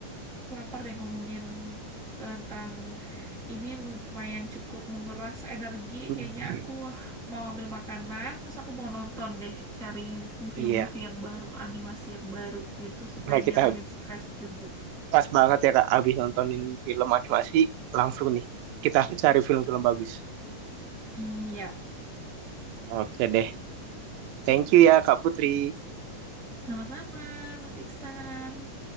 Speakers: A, in the centre; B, on the right (about 85°).
A: aku lapar deh ngomongin tentang ini lumayan cukup menguras energi.
B: Hmm.
A: Kayaknya aku mau ambil makanan, terus aku mau nonton deh, cari movie-movie
B: Iya.
A: yang baru, animasi yang baru gitu supaya
B: Nah, kita
A: ngilangin stres juga.
B: pas banget ya, Kak, abis nontonin film animasi langsung nih. Kita cari film-film bagus.
A: Iya,
B: Oke deh. Thank you ya, Kak Putri.
A: sama-sama, Mas Iksan.